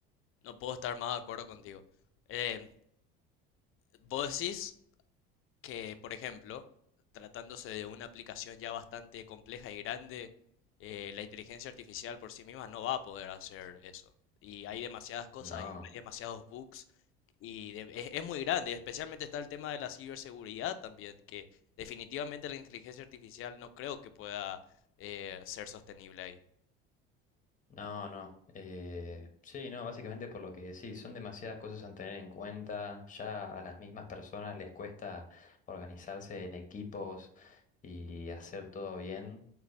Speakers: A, on the left; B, on the left.
A: no puedo estar más de acuerdo contigo. Eh, vos decís que, por ejemplo, tratándose de una aplicación ya bastante compleja y grande, eh, la inteligencia artificial por sí misma no va a poder hacer eso. Y hay demasiadas cosas,
B: No.
A: hay hay demasiados bugs Y de- es, es muy grande, especialmente está el tema de la ciberseguridad también, que definitivamente la inteligencia artificial no creo que pueda eh, ser sostenible ahí.
B: No, no. eh, sí, no, básicamente por lo que sí, son demasiadas cosas a tener en cuenta. Ya a las mismas personas les cuesta organizarse en equipos y hacer todo bien.